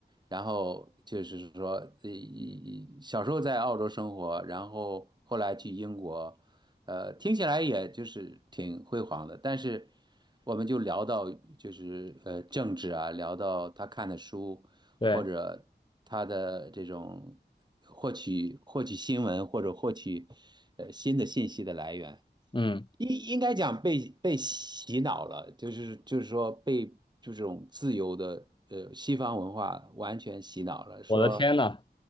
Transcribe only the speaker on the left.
对，
嗯，
我的天呐，